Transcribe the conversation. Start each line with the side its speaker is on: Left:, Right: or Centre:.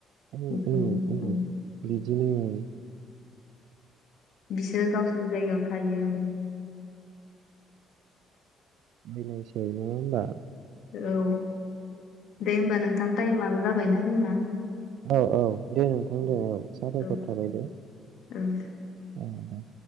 Right: उम
Left: बेफोरनो
Right: उम उम बिदिनो औ
Left: बिसोरो गावसोरनि जायगायाव थायो
Right: बैनाय साय नङा होमबा
Left: औ दे होमबा नोंथां टाइमाबो जाबायना जोंना
Right: औ औ दे नोंथां दे औ सााबायखर
Left: औ
Right: थाबाय दे
Left: औ
Right: औ